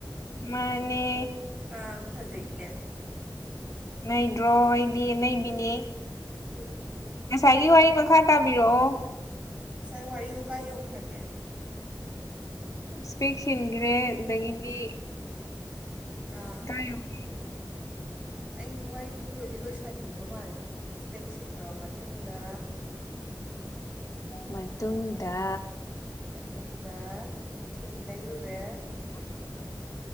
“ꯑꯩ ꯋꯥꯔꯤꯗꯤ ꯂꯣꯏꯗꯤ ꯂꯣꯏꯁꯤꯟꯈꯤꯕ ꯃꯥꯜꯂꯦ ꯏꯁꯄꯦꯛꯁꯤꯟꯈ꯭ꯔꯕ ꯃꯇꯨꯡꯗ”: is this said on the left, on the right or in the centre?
Right